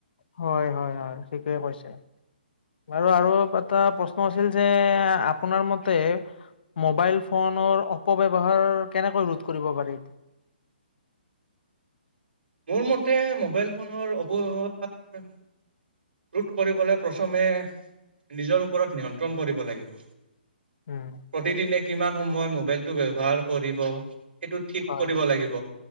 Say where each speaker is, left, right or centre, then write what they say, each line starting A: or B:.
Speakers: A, on the left; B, on the right.
A: হয়, হয়, হয়, ঠিকে কৈছে। আৰু, আৰু এটা প্ৰশ্ন আছিল যে, আপোনাৰ মতে মোবাইল ফোনৰ অপব্যৱহাৰ কেনেকৈ ৰোধ কৰিব পাৰি?
B: মোৰ মতে মোবাইল ফোনৰ অপব্যৱহাৰ‌ ৰোধ কৰিবলৈ প্ৰথমে, নিজৰ ওপৰত নিয়ন্ত্ৰণ কৰিব লাগিব।
A: উম
B: প্ৰতিদিনে কিমান সময় মোবাইলটো ব্যবহাৰ কৰিব। সেইটো ঠিক
A: হয়
B: কৰিব লাগিব।